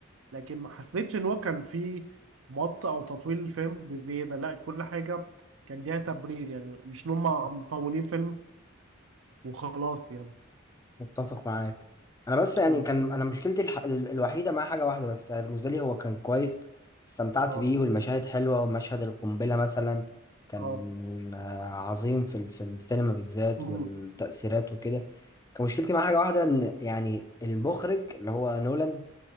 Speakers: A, on the right; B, on the left.
A: لكن ما حسيتش ان هو كان فيه مط او تطويل الفيلم بزياده لا كل حاجه كان ليها تبرير يعني مش ان هم مطولين فيلم وخلاص يعني
B: متفق معاك انا بس يعني
A: مم.
B: كان انا مشكلتي الح... ال- الوحيدة مع حاجة واحدة بس يعني بالنسبة لي هو كان كويس استمتعت
A: اه
B: بيه والمشاهد حلوة ومشهد القنبلة مثلا كان
A: اه
B: آه، عظيم في ال- في السينما بالذات
A: مم.
B: والتأثيرات وكده كان مشكلتي مع حاجة واحدة ان يعني المخرج اللي هو نولان